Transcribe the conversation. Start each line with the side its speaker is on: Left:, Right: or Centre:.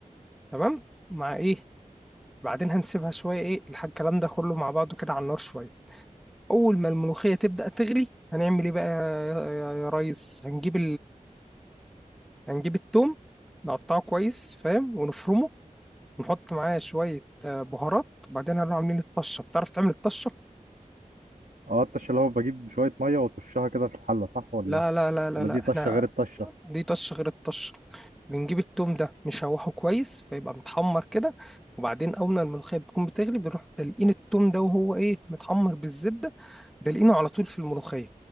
Centre: تمام مع ايه بعدين هنسيبها شويه ايه الح- الكلام ده كله مع بعضه كده على النار شويه اول ما الملوخيه تبدا تغلي هنعمل ايه بقى يا يا- يا ريس هنجيب هنجيب التوم نقطعه كويس فاهم ونفرمه ونحط معاه شوية آه، بهارات وبعدين هنروح عاملين الطشة بتعرف تعمل الطشة؟
Right: اه الطشه اللي هو بجيب شويه ميه واطشها كده في الحله صح ولا
Centre: لا
Right: ايه
Centre: لا لا لا
Right: ولا
Centre: لا
Right: دي طشه
Centre: احنا
Right: غير الطشه
Centre: دي طشة غير الطشة بنجيب التوم ده نشوحه كويس فيبقى متحمر كده وبعدين أول ما الملوخية بتكون بتغلي بنروح دلقين التوم ده وهو إيه متحمر بالزبدة دلقينه على طول في الملوخية